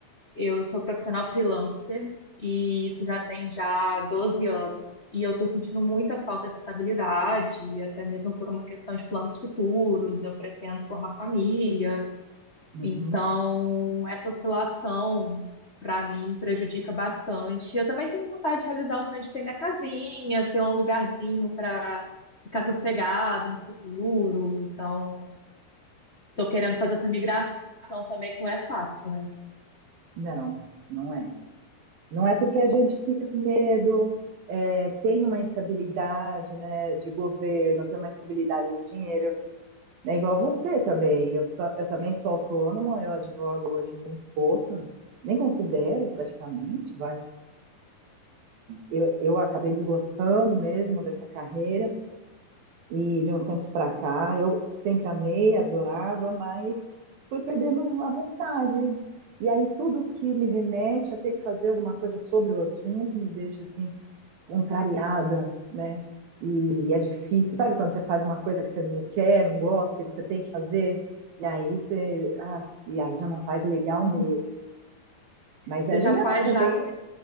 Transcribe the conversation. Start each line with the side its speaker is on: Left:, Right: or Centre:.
Left: Eu sou profissional freelancer e isso já tem já 12 anos. E eu estou sentindo muita falta de estabilidade, até mesmo por uma questão de planos futuros. Eu pretendo formar família,
Right: Uhum.
Left: Então, essa oscilação, para mim, prejudica bastante. Eu também tenho vontade de realizar o sonho de ter minha casinha, ter um lugarzinho para ficar sossegada no futuro. Então, estou querendo fazer essa migração também, que não é fácil, né?
Right: Não, não é. Não é porque a gente fica com medo, é, tem uma instabilidade, né, de governo, tem uma instabilidade de dinheiro. É igual você também. Eu, sou, eu também sou autônoma, eu advogo hoje muito pouco, nem considero praticamente, vai. Eu, eu acabei desgostando mesmo dessa carreira e de uns tempos para cá eu sempre amei, adorava, mas fui perdendo a vontade. E aí tudo que me remete a ter que fazer alguma coisa sobre o assunto me deixa assim contrariada, né? E é difícil, sabe quando você faz uma coisa que você não quer, não gosta, e você tem que fazer, e aí você, ah, e aí já não faz legal
Left: <laughs>
Right: mesmo. Mas
Left: Você
Right: é legal
Left: já faz
Right: também,
Left: já. com aquele-